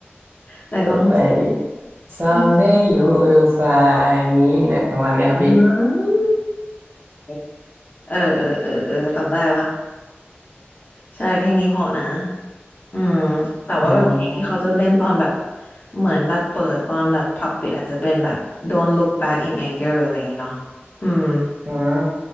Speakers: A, on the left; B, on the right.
A: ไหนลอง
B: แบบไอ
A: <laughs>
B: someday
A: ท่อน
B: you will find me เนี่ยประมาณเนี้ยครับพี่
A: อืมเออเออเออเออจำได้ละใช่เพลงนี้เพราะนะ อืม
B: <laughs>
A: แต่ว่าแบบเพลงที่เขาจะเล่นตอนแบบ
B: อืม
A: เหมือนแบบเปิดตอนแบบผับปิดอาจจะเป็นแบบ Don't Look Back in Anger อะไรอย่างเงี้ยเนาะอืม
B: อืม